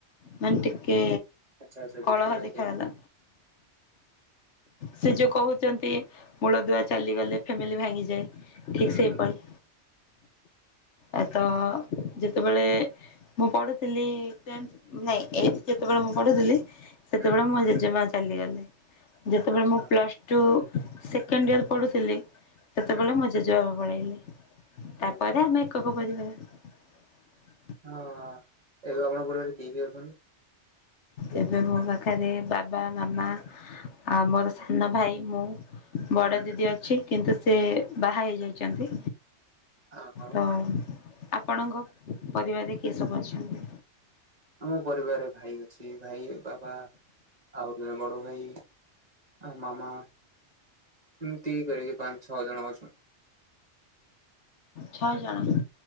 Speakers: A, on the left; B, on the right.
A: ମାନେ ଟିକେ
B: ଆଚ୍ଛା ଆଚ୍ଛା ବିଚ୍ଛିନ୍ନ
A: କଳହ
B: ହେଇଗଲେ
A: ଦେଖାଗଲା। ସେ ଯୋଉ କହୁଚନ୍ତି ମୂଳଦୁଆ ଚାଲିଗଲେ ଫ୍ୟାମିଲି ଭାଙ୍ଗିଯାଏ। ଠିକ୍
B: ହୁଁ
A: ସେହିପରି।
B: ହୁଁ
A: ଏ ତ ଯେତୋବେଳେ ମୁଁ ପଢୁଥିଲିଁ ଟେନ୍ଥ୍ ନାଇଁ ଏଇଟ୍ଥ୍ ଯେତୋବେଳେ ମୁଁ ପଢ଼ୁଥିଲି ସେତୋବେଳେ
B: ହୁଁ
A: ମୋ ଜେଜେମା ଚାଲିଗଲେ ଯେତୋବେଳେ
B: ଆଚ୍ଛା
A: ମୁଁ ପ୍ଲସ୍ ଟୁ ସେକେଣ୍ଡ୍ ଇୟର୍ ପଢ଼ୁଥିଲି ସେତୋବେଳେ
B: ହୁଁ
A: ମୋ ଜେଜେବାବା ପଳେଇଲେ। ତାପରେ
B: ଓହୋ
A: ଆମେ ଏକକ ପରିବାର।
B: ହଁ ଏବେ ଆପଣଙ୍କ ପରିବାର କିଏ କିଏ ଅଛନ୍ତି?
A: ଏବେ ମୋ ପାଖରେ ବାବା, ମାମା ଆଉ ମୋର ସାନ ଭାଇ ମୁଁ। ବଡ଼
B: ହୁଁ
A: ଦିଦି
B: ହୁଁ
A: ଅଛି କିନ୍ତୁ ସେ ବାହା ହେଇ ଯାଇଚନ୍ତି।
B: ଆ ହଉ
A: ତ ଆପଣଙ୍କ ପରିବାରରେ କିଏ ସବୁ ଅଛନ୍ତି?
B: ଆମ ପରିବାରରେ ଭାଇ ଅଛି, ଭାଇ, ବାବା ଆଉ ଜଣେ ବଡ଼ ଭାଇ। ଆ ମାମା ଏମତି କରିକିି ପାଁ ଛଅ ଜଣ ଅଛୁ।
A: ଛଅ ଜଣ?